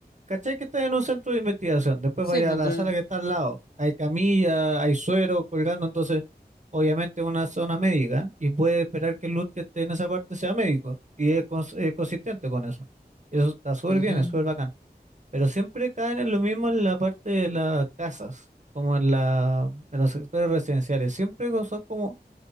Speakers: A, on the right (about 45°); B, on the left (about 60°).
A: ¿Cachai que está en un centro de investigación? Después
B: Sí,
A: vaya
B: pues,
A: a la
B: de-
A: sala que está al lado. Hay camilla, hay suero colgando, entonces obviamente es una zona médica y puede esperar que el loot que esté en esa parte sea médico y es cons- eh, consistente con eso. Y eso está súper
B: ujú.
A: bien, es súper bacán. Pero siempre caen en lo mismo en la parte de las casas, como en la, en los sectores residenciales. Siempre co- son como